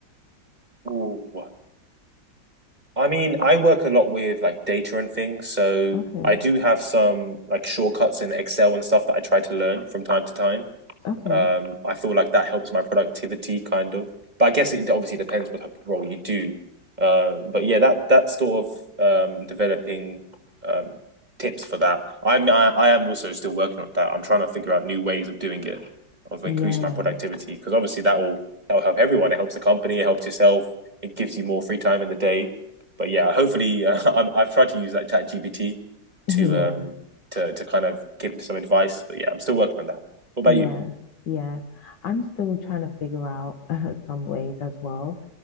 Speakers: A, on the right (about 25°); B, on the left (about 75°).
A: Ooh. I mean, I work a lot with like data and things, so
B: Okay.
A: I do have some like shortcuts in Excel and stuff that I try to learn from time to time.
B: Okay.
A: Um, I feel like that helps my productivity kind of, but I guess it obviously depends what type of role you do. Uh, but yeah, that that sort of um, developing um, tips for that. I'm I, I am also still working on that. I'm trying to figure out new ways of doing it, of increasing
B: Yeah,
A: my productivity because obviously that will that will help everyone. It helps the company, it helps yourself, it gives you more free time in the day. But yeah, hopefully <laughs> uh, I'm, I've tried to use that Chat GPT
B: <laughs>
A: to
B: yeah,
A: um to to kind of give some advice. But yeah, I'm still working on that. What about
B: yeah,
A: you?
B: yeah. I'm still trying to figure out <laughs> uh, some ways as well.